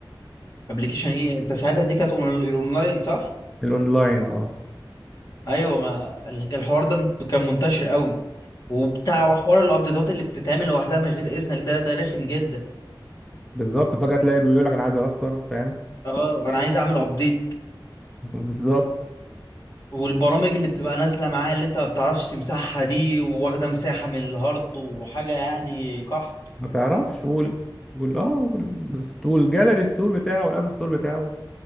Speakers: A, on the left; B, in the centre.
A: ابلكيشن ايه انت ساعتها دي كانت أون- الاونلاين صح
B: الأونلاين أه
A: ايوه ما ال- الحوار ده كان منتشر قوي وبتاع حوار الابديتات اللي بتتعمل لوحدها من غير اذنك ده ده رخم جدا
B: بالظبط فجأة تلاقي بيقول لك انا عايز راستر فاهم
A: اه
B: <laughs> إيه؟
A: انا عايز اعمل ابديت
B: بالظبط
A: والبرامج اللي بتبقى نازله معاه اللي انت ما بتعرفش تمسحها دي واخده مساحه من الهارد وحاجه يعني قحط
B: ما تعرفش وال وال اه والستور الجاليري ستور بتاعه والاب ستور بتاعه